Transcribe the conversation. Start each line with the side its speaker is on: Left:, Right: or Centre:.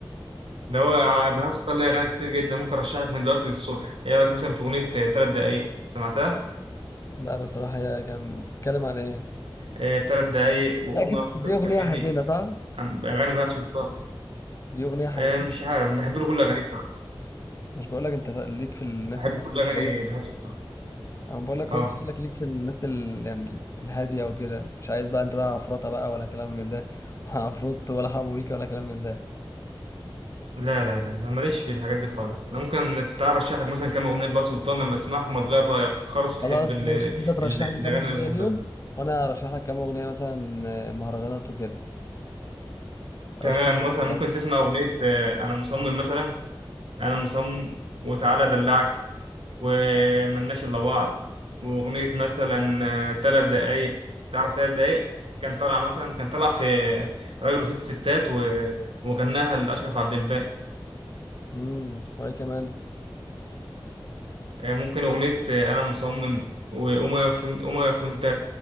Right: ده هو ع- بهاء سلطان ليه أغاني كتير جدا ممكن أرشح لك من دلوقتي للصبح إيه رأيك مثلا في أغنية آه، تلات دقايق سمعتها؟
Left: لا بصراحه هي كان بتتكلم عن ايه
Right: آه، تلات دقايق وقوم
Left: لا كده
Right: أقف
Left: دي
Right: وأنت بتكلمني
Left: اغنيه حزينه صح
Right: عن- أغاني بهاء سلطان
Left: دي اغنيه حزينه
Right: آه، مش عارف بحب له كل أغانيه بصراحة
Left: مش بقول لك انت ليك في الناس
Right: بحب
Left: اللي
Right: كل
Left: هاديه شويه
Right: أغاني بهاء سلطان
Left: انا بقول لك
Right: أه
Left: هو انت شكلك ليك في الناس ال... يعني الهاديه وكده مش عايز بقى انت بقى عفرطه بقى ولا كلام من ده <laughs> ولا عفروت ولا حمو بيك ولا كلام من ده
Right: لا لا لا أنا ماليش في الحاجات دي خالص أنا ممكن أنت تعرف أرشح لك مثلا كام أغنية بهاء سلطان لما تسمعهم هتغير رأيك خالص وتحب
Left: خلاص
Right: ال-
Left: ماشي
Right: ال-
Left: انت ترشح
Right: الأغاني
Left: لي كام اغنيه
Right: اللي أنا بحبها
Left: اليوم وانا ارشح لك كام اغنيه مثلا آه، مهرجانات وكده
Right: تمام
Left: رشح لك
Right: مثلا
Left: الاول
Right: ممكن تسمع أغنية آه، أنا مصمم مثلا أنا مصمم وتعالى أدلعك وملناش إلا بعض وأغنية مثلا آه، تلات دقايق تعرف تلات دقايق كان طلع مثلا كان طلع في راجل وست ستات و... وغناها لأشرف عبد الباقي
Left: امم وايه كمان
Right: آه، ممكن أغنية آه، أنا مصمم وقوم يقف وأنت قوم يقف وأنت